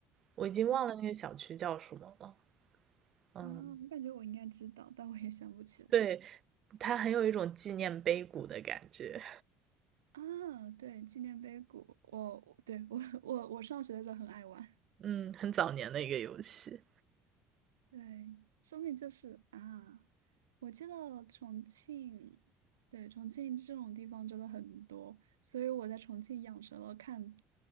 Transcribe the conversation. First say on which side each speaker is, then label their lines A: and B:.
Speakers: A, on the right; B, on the right.
A: 我已经忘了那个小区叫什么了。
B: 对
A: 嗯，
B: 啊，我感觉我应该知道，但我也想不起来
A: 对，它很有一种纪念碑谷的感觉，
B: 啊。对，纪念碑谷，我对我我我上学的时候很爱玩。
A: 嗯，很早年的一个游戏。
B: 对，说明就是啊，我记得重庆，对，重庆这种地方真的很多，所以我在重庆养成了看